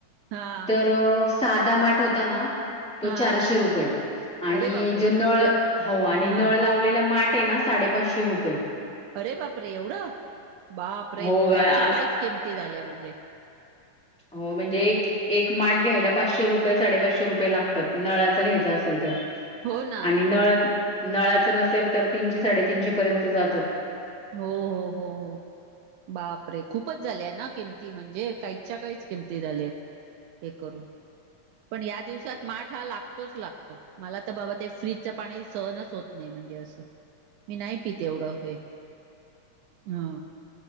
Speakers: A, on the right; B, in the centre.
A: हा
B: तर साधा माठ होता ना तो
A: हा
B: चारशे रुपये आणि
A: अरे बापरे
B: जो नळ हो आणि
A: ह
B: नळ लावलेला माठ ना साडे पाचशे रुपये
A: अरे बाप रे एवढं बाप रे
B: हो
A: काहीच्या
B: आ आ
A: काहीच किमती झाल्या म्हणजे
B: हो म्हणजे एक एक माठ घ्यायला पाचशे रुपये साडेपाचशे रुपये लागतात. नळाचा घ्यायचा असेल तर
A: हो ना
B: आणि नळ नळाच नसेल तर तीनशे साडेतीनशे पर्यंत जातात.
A: हो हो हो हो बापरे खूपच झाले ना किमती. म्हणजे काहीच्या-काहीच किमती झाल्यात. ते करून पण या दिवसात माठ हा लागतोच लागतो. मला तर बाबा ते फ्रीजच पाणी सहनच होत नाही, म्हणजे असं मी नाही पीत एवढं हे. हा.